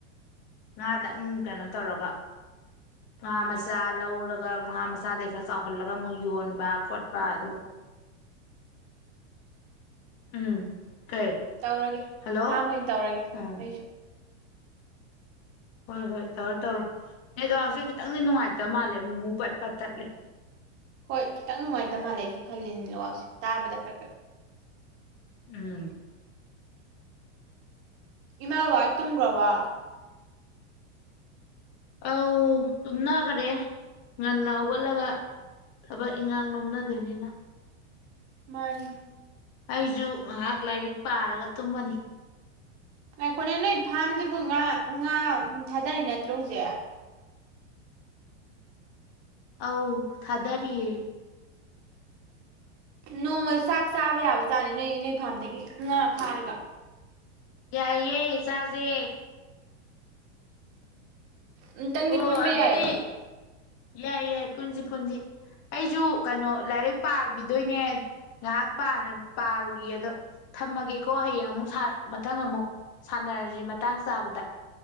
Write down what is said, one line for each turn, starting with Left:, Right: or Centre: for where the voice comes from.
Left: ꯉꯥꯇꯪ ꯀꯩꯅꯣ ꯇꯧꯔꯒ ꯉꯥ ꯃꯆꯥ ꯂꯧꯔꯒ ꯉꯥ ꯃꯆꯥꯗꯒꯤ ꯈꯔ ꯆꯥꯎꯍꯜꯂꯒ ꯑꯃꯨꯛ ꯌꯣꯟꯕ ꯈꯣꯠꯄ ꯑꯗꯨ ꯎꯝ ꯀꯩ
Right: ꯇꯧꯔꯒꯦ
Left: ꯍꯂꯣ
Right: ꯐꯥꯝ ꯑꯣꯏꯅ ꯇꯧꯔꯒꯦ
Left: ꯎꯝ
Right: ꯑꯩꯁꯨ
Left: ꯍꯣꯏ ꯍꯣꯏ ꯇꯧꯔꯣ ꯇꯧꯔꯣ ꯅꯦꯠꯋꯥꯛꯁꯦ ꯈꯤꯇꯪꯗꯤ ꯅꯨꯡꯉꯥꯏꯇꯕ ꯃꯥꯜꯂꯦ ꯑꯃꯨꯡꯉꯨ ꯄꯠꯄꯠ ꯇꯠꯂꯦ
Right: ꯍꯣꯏ ꯈꯤꯇꯪ ꯅꯨꯡꯉꯥꯏꯇ ꯃꯥꯜꯂꯦꯁꯨ ꯈꯜꯂꯤ ꯂꯥꯛꯁꯦ ꯇꯥꯕꯗ ꯈꯔ ꯈꯔ
Left: ꯎꯝ
Right: ꯏꯃꯥ ꯕꯕꯥꯏ ꯇꯨꯝꯒ꯭ꯔꯕ‌ꯣ
Left: ꯑꯧ ꯇꯨꯝꯅꯒꯔꯦ ꯉꯟꯅ ꯍꯧꯒꯠꯂꯒ ꯊꯕꯛ ꯏꯟꯈꯥꯡ ꯅꯣꯝꯅꯗꯣꯏꯅꯤꯅ
Right: ꯃꯥꯅꯤ
Left: ꯑꯩꯁꯨ ꯉꯥꯏꯍꯥꯛ ꯂꯥꯏꯔꯤꯛ ꯄꯥꯔꯒ ꯇꯨꯝꯕꯅꯤ
Right: ꯉꯥꯏꯈꯣꯅꯦ ꯅꯣꯏ ꯐꯥꯝꯗꯨꯕꯨ ꯉꯥ ꯉꯥ ꯊꯥꯗꯔꯤ ꯅꯠꯇ꯭ꯔꯣ ꯍꯧꯖꯤꯛ
Left: ꯑꯧ ꯊꯥꯗꯔꯤꯌꯦ
Right: ꯅꯣꯡꯃ ꯆꯥꯛ ꯆꯥꯕ ꯌꯥꯕꯖꯥꯠꯅꯤ ꯅꯣꯏ ꯅꯣꯏ ꯐꯥꯝꯗꯒꯤ ꯉꯥ ꯐꯥꯔꯒ
Left: ꯌꯥꯏꯌꯦꯦ ꯆꯥꯥꯁꯦ
Right: ꯑꯃꯇꯪꯗꯤ
Left: ꯑꯣ
Right: ꯄꯨꯟꯕ
Left: ꯑꯗꯨꯗꯤ
Right: ꯌꯥꯏꯌ‌ꯦꯕ
Left: ꯌꯥꯏ ꯌꯥꯏ ꯄꯨꯟꯁꯤ ꯄꯨꯟꯁꯤ ꯑꯩꯁꯨ ꯀꯩꯅꯣ ꯂꯥꯏꯔꯤꯛ ꯄꯥꯔꯨꯈꯤꯗꯣꯏꯅꯦ ꯉꯥꯏꯍꯥꯛ ꯄꯥꯔꯨꯒꯤꯒ‌ꯦ ꯑꯗꯣ ꯊꯝꯃꯒꯦꯀꯣ ꯍꯌꯦꯡ ꯑꯃꯨꯛ ꯃꯊꯪ ꯑꯃꯨꯛ ꯁꯥꯟꯅꯔꯁꯤ ꯃꯇꯥꯡ ꯆꯥꯕꯗ